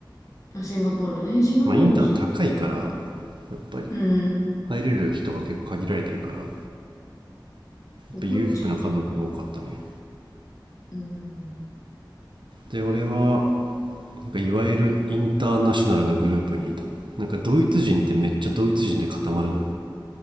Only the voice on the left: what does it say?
あ、シンガポールね。シンガポールもそうだ。
うん。
お坊ちゃんと。
うん。